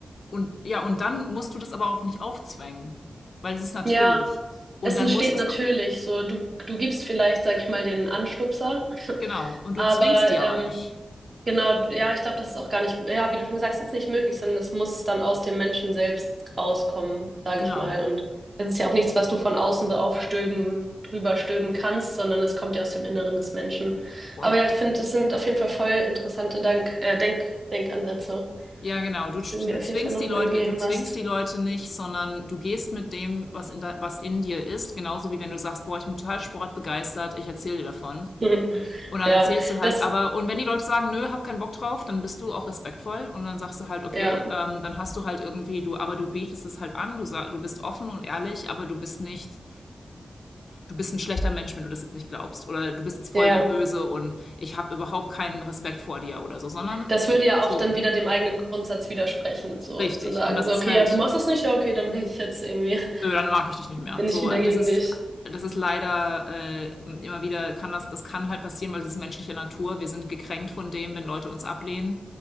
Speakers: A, on the left (about 55°); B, on the right (about 35°).
A: und ja, und dann musst du das aber auch nicht aufzwängen, weil es ist natürlich.
B: ja,
A: Und
B: es
A: dann
B: entsteht
A: musst du
B: natürlich
A: es,
B: so. Du, du gibst vielleicht, sag ich mal, den Anstupser,
A: genau, und
B: aber
A: du zwingst die aber
B: ähm,
A: nicht.
B: Genau, ja, ich glaube, das ist auch gar nicht, ja, wie du schon gesagt hast, ist nicht möglich, sondern es muss dann aus dem Menschen selbst rauskommen, sage
A: Genau.
B: ich mal. Und es ist ja auch nichts, was du von außen so aufstöben, drüber stöben kannst, sondern es kommt ja aus dem Inneren des Menschen.
A: Und
B: Aber ja, ich finde, das sind auf jeden Fall voll interessante Dank, äh, Denk, Denkansätze,
A: Ja, genau. Du, du
B: die du mir auf
A: zwingst
B: jeden Fall nochmal
A: die Leute,
B: gegeben
A: du zwingst
B: hast.
A: die Leute nicht, sondern du gehst mit dem, was in, da, was in dir ist. Genauso wie wenn du sagst, boah, ich bin total sportbegeistert, ich erzähle dir davon.
B: <laughs>
A: Und dann
B: Ja,
A: erzählst du halt,
B: das,
A: aber, und wenn die Leute sagen, nö, hab keinen Bock drauf, dann bist du auch respektvoll und dann sagst du halt, okay,
B: ja,
A: ähm, dann hast du halt irgendwie, du, aber du bietest es halt an, du, sag, du bist offen und ehrlich, aber du bist nicht, du bist ein schlechter Mensch, wenn du das jetzt nicht glaubst. Oder du bist jetzt
B: ja,
A: voll der
B: ja.
A: Böse und ich habe überhaupt keinen Respekt vor dir oder so, sondern
B: das würde ja
A: so,
B: auch dann wieder dem eigenen Grundsatz widersprechen, so
A: richtig.
B: zu sagen,
A: Und das
B: so,
A: ist
B: okay,
A: halt,
B: ja, du machst das nicht, ja, okay, dann bin ich jetzt irgendwie, <laughs>
A: Nö, dann mag ich dich nicht
B: bin
A: mehr. So,
B: ich wieder
A: äh,
B: gegen
A: das ist,
B: dich.
A: das ist leider äh, immer wieder, kann das, das kann halt passieren, weil das ist menschliche Natur. Wir sind gekränkt von dem, wenn Leute uns ablehnen.